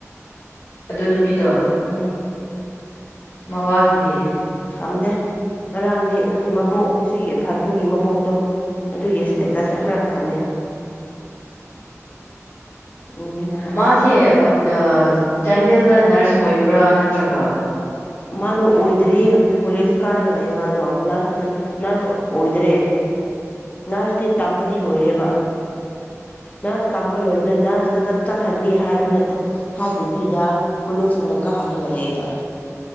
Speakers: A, on the left; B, on the left.
A: ꯑꯗꯨꯅ ꯄꯤꯗ
B: ꯎꯝ
A: ꯃꯋꯥꯒꯤꯗꯤ
B: ꯈꯝꯗꯦ ꯉꯔꯥꯡꯗꯤ ꯃꯕꯣꯛ ꯁꯤꯒꯤ ꯐꯥꯗꯨꯒꯤ ꯃꯕꯣꯛꯇꯣ ꯑꯗꯨꯒꯤ
A: ꯎꯝ
B: ꯁꯇꯦꯇꯁ ꯑꯃꯔꯛ ꯊꯝꯃꯦ꯫ ꯎꯋꯦ ꯉꯔꯥꯡ
A: ꯃꯥꯁꯤ ꯑꫭ ꯑ ꯆꯥꯟꯗꯦꯜ ꯗ ꯅꯔꯁ ꯑꯣꯏꯕ꯭ꯔꯥ ꯅꯠꯇ꯭ꯔꯒ
B: ꯃꯥꯗꯣ ꯑꯣꯏꯗ꯭ꯔꯤꯌꯦ ꯍꯧꯖꯤꯛ ꯀꯣꯂꯦꯖ ꯀꯥꯔꯒ ꯂꯩ ꯃꯥꯗꯣ ꯅꯔꯁ ꯅꯔꯁ ꯑꯣꯏꯗ꯭ꯔꯦ ꯅꯔꯁꯇꯤ ꯇꯝꯕꯗꯤ ꯂꯣꯏꯔꯦꯕ ꯅꯔꯁ ꯇꯝꯕ ꯂꯣꯏꯕꯗ ꯅꯔꯁꯇꯠ ꯆꯠꯍꯟꯒꯦ ꯍꯥꯏꯕ ꯍꯥꯏꯗꯕꯤꯗ ꯀꯣꯂꯦꯖ ꯑꯣꯏꯅ ꯀꯥꯍꯜꯂꯒ ꯂꯩꯌꯦꯕ